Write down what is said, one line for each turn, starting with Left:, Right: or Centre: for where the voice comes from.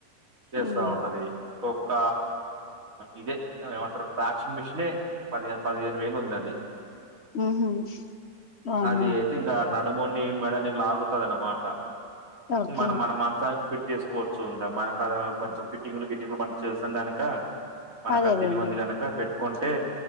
Right: చేస్తా
Left: ఉమ్
Right: ఉంటది. ఒక్క ఇదే ఏమంటరు ట్రాక్షన్ మిషనే పదిహేను పదిహేను వేలు ఉంది అది
Left: ఉహు వామ్మో
Right: అది అయితే ఇంకా నడుముని, మెడని లాగుతద అనమాట.
Left: ఓకే
Right: మనం మన మంచానికి ఫిట్ చేసుకోవచ్చుంద మన కాడ కొంచెం ఫిట్టింగ్లు, గిట్టింగ్లు మన చేస్తాం గనుక మనక
Left: అదేలేండి
Right: తెలివి ఉంది కనుక పెట్టుకుంటే